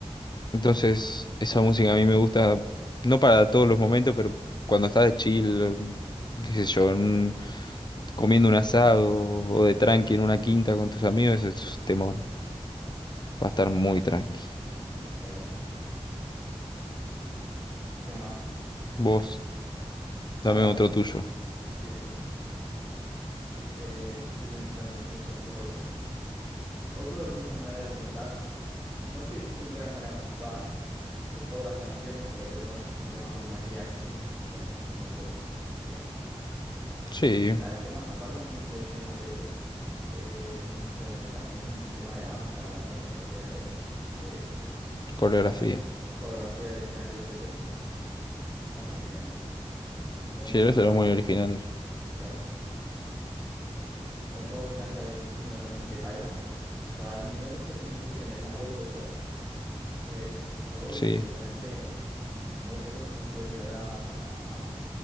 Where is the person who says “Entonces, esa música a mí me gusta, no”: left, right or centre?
Left